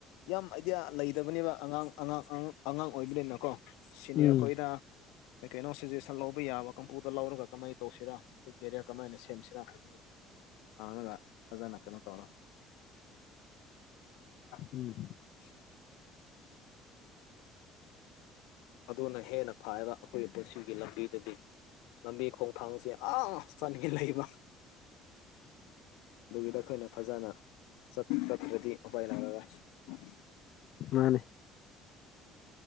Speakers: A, on the left (about 85°); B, on the left (about 65°).
A: ꯌꯥꯝ ꯑꯥꯏꯗꯤꯌꯥ ꯂꯩꯇꯕꯅꯦꯕ ꯑꯉꯥꯡ ꯑꯉꯥꯡ ꯑꯉꯥꯡ ꯑꯣꯏꯕꯅꯤꯅꯀꯣ ꯁꯤꯅꯤꯌꯔ
B: ꯎꯝ
A: ꯈꯣꯏꯗ ꯀꯩꯅꯣ ꯀꯩꯅꯣ ꯁꯖꯦꯁꯟ ꯂꯧꯕ ꯌꯥꯕ ꯀꯥꯝꯄꯨꯇ꯭ꯔ ꯂꯧꯔꯒ ꯀꯃꯥꯏꯅ ꯇꯧꯁꯤꯔꯥ ꯑꯩꯈꯣꯏ ꯀꯦꯔꯤꯌꯔ ꯀꯃꯥꯏꯅ ꯁꯦꯝꯁꯤꯔꯥ ꯍꯥꯏꯕꯗꯨ ꯍꯪꯑꯒ ꯐꯖꯅ ꯀꯩꯅꯣ ꯇꯧꯔ <unintelligible>
B: ꯎꯝ
A: ꯑꯗꯨꯅ ꯍꯦꯟꯅ ꯐꯩꯌ‌ꯦꯕ ꯑꯩꯈꯣꯏꯒꯤ ꯄꯨꯟꯁꯤꯒꯤ ꯂꯝꯕꯤꯗꯗꯤ ꯂꯝꯕꯤ ꯈꯣꯡꯊꯥꯡꯁꯦ ꯑ ꯆꯠꯅꯤꯡꯉꯥꯏ ꯂꯩꯕ ꯑꯗꯨꯒꯤꯗ ꯑꯩꯈꯣꯏꯅ ꯐꯖꯅ ꯆꯠ ꯆꯠꯇꯔꯗꯤ ꯎꯄꯥꯏ ꯂꯩꯔ‌ꯣꯏꯌ‌ꯦ
B: ꯃꯥꯅꯦ